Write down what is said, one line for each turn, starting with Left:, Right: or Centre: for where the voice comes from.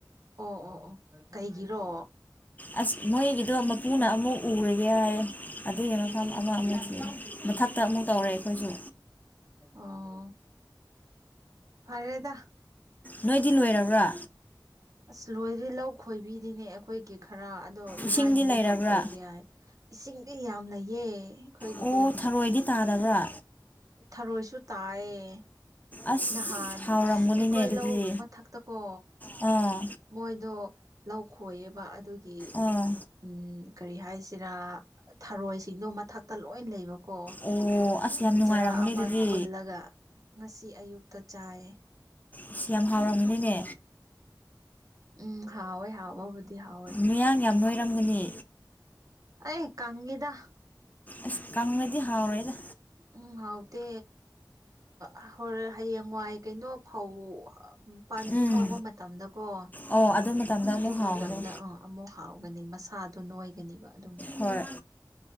Right: ꯑꯣ ꯑꯣ ꯑꯣ ꯀꯩꯒꯤꯔꯣ
Left: ꯑꯁ ꯃꯣꯏꯒꯤꯗꯣ ꯃꯄꯨꯅ ꯑꯃꯨꯛ ꯎꯔꯒꯦ ꯌꯥꯏꯌꯦ ꯑꯗꯨꯒꯤ
Right: ꯑꯦ
Left: ꯃꯐꯝ ꯑꯃꯃꯨꯛꯁꯨ ꯃꯊꯛꯇ ꯑꯃꯨꯛ ꯇꯧꯔꯦ ꯑꯩꯈꯣꯏꯁꯨ
Right: ꯑꯣ ꯐꯔꯦꯗ
Left: ꯅꯣꯏꯗꯤ ꯂꯣꯏꯔꯕ꯭ꯔꯥ
Right: ꯑꯁ ꯂꯣꯏꯗ꯭ꯔꯤ ꯂꯧ ꯈꯣꯏꯕꯤꯔꯤꯅꯦ ꯑꯩꯈꯣꯏꯒꯤ ꯈꯔ ꯑꯗꯣ ꯏꯔꯥꯏ
Left: ꯏꯁꯤꯡꯗꯤ
Right: ꯅꯨꯃꯤꯠꯇ
Left: ꯂꯩꯔꯕ꯭ꯔꯥ
Right: ꯈꯣꯏꯒꯦ ꯍꯥꯏ ꯏꯁꯤꯡꯗꯤ ꯌꯥꯝ ꯂꯩꯌꯦ ꯑꯩꯈꯣꯏꯒꯤꯗꯤ
Left: ꯑꯣ ꯊꯔꯣꯏꯗꯤ ꯇꯥꯗꯕ꯭ꯔꯥ
Right: ꯊꯔꯣꯏꯁꯨ ꯇꯥꯏꯌꯦ
Left: ꯑꯁ
Right: ꯅꯍꯥꯟ
Left: ꯍꯥꯎꯔꯝꯒꯅꯤꯅꯦ
Right: ꯑꯩꯈꯣꯏ
Left: ꯑꯗꯨꯗꯤ
Right: ꯂꯧ ꯃꯊꯛꯇ ꯀꯣ
Left: ꯑꯥ
Right: ꯃꯣꯏꯗꯣ ꯂꯧ ꯈꯣꯏꯌꯦꯕ ꯑꯗꯨꯒꯤ
Left: ꯑꯥ
Right: ꯎꯝ ꯀꯔꯤ ꯍꯥꯏꯁꯤꯔꯥ ꯊꯔꯣꯏꯁꯤꯡꯗꯣ ꯃꯊꯛꯇ ꯂꯣꯏ ꯂꯩꯕ ꯀꯣ
Left: ꯑꯣ ꯑꯁ
Right: ꯑꯗꯨ
Left: ꯌꯥꯝ ꯅꯨꯡꯉꯥꯏꯔꯝꯒꯅꯤ
Right: ꯆꯔꯥ ꯑꯃ
Left: ꯑꯗꯨꯗꯤ
Right: ꯈꯨꯜꯂꯒ ꯉꯁꯤ ꯑꯌꯨꯛꯇ ꯆꯥꯏꯌꯦ
Left: ꯢꯁ ꯌꯥꯝ ꯍꯥꯎꯔꯝꯒꯅꯤꯅꯦ
Right: ꯎꯝ ꯍꯥꯎꯋꯦ ꯍꯥꯎꯕꯕꯨꯗꯤ ꯍꯥꯎꯋꯦ
Left: ꯃꯌꯥꯡ ꯌꯥꯝ ꯅꯣꯏꯔꯝꯒꯅꯤ
Right: ꯑꯣꯢ ꯀꯪꯉꯤꯗꯥ
Left: ꯑꯁ ꯀꯪꯂꯗꯤ ꯍꯥꯎꯔꯣꯏꯗ
Right: ꯎꯝ ꯍꯥꯎꯇꯦ ꯑ ꯍꯣꯔ ꯍꯌꯦꯡꯋꯥꯏ ꯀꯩꯅꯣ ꯐꯧ ꯄꯥꯟꯕꯤ
Left: ꯎꯝ
Right: ꯍꯧꯕ ꯃꯇꯝꯗꯀꯣ
Left: ꯑꯣ ꯑꯗꯨ ꯃꯇꯝꯗ ꯑꯃꯨꯛ
Right: ꯑꯗꯨ
Left: ꯍꯥꯎꯒꯅꯤ
Right: ꯃꯇꯝꯗ ꯑꯥ ꯑꯃꯨꯛ ꯍꯥꯎꯒꯅꯤ ꯃꯁꯛ ꯁꯥꯗꯨꯅ ꯅꯣꯏꯒꯅꯤꯕ ꯑꯗꯨ ꯃꯇꯝꯗ
Left: ꯍꯣꯏ